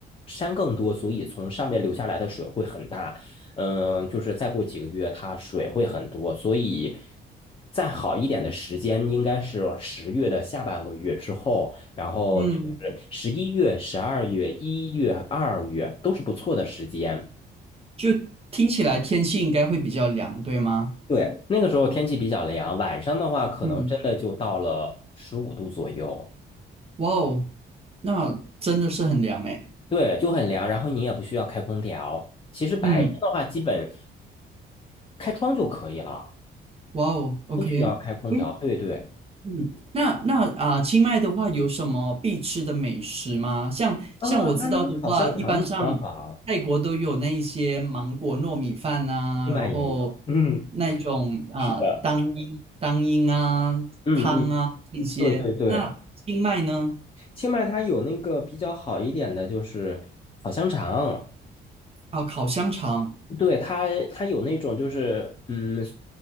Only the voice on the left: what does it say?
山更多，所以从上面流下来的水会很大，嗯，就是再过几个月它水会很多，所以再好一点的时间应该是十月的下半个月之后。然后就是十一月、
十二月、一月、二月都是不错的时间。
对，那个时候天气比较凉，晚上的话可能真的就到了十五度左右，
对，就很凉。然后你也不需要开空调，其实白天的话基本
开窗就可以了，
不需要开空调。
对对，
啊，他们烤香肠比较好，
清迈也有，
嗯，
是的，嗯嗯，
对对对，
清迈它有那个比较好一点的就是烤香肠。
对它，它有那种就是，嗯